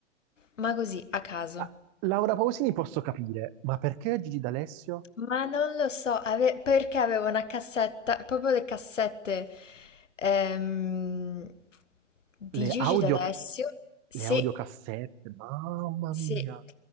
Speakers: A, on the left; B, on the right.
A: Ma così, a caso.
B: ah, Laura Pausini posso capire, ma perché Gigi D'Alessio?
A: Ma non lo so, ave- perché avevo una cassetta, proprio le cassette ehm, di
B: Le
A: Gigi
B: audio,
A: D'Alessio. Sì,
B: le audiocassette, mamma
A: sì.
B: mia.